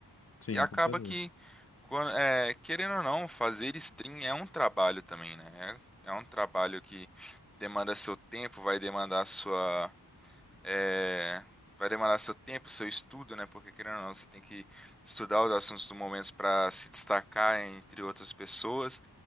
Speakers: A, on the left; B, in the centre.
A: Sim,
B: E acaba
A: com certeza.
B: que, quan- é, querendo ou não, fazer stream é um trabalho também, né? É, é um trabalho que demanda seu tempo, vai demandar sua é, vai demorar seu tempo, seu estudo, né? Porque querendo ou não, você tem que estudar os assuntos do momento para se destacar entre outras pessoas.